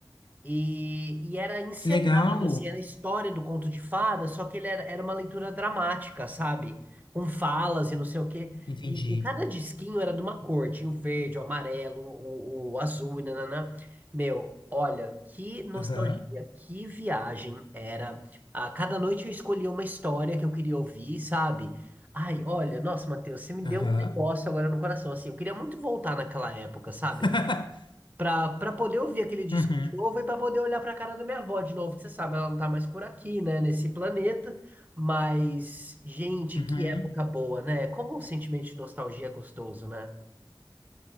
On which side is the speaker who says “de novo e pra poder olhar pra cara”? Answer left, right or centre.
Right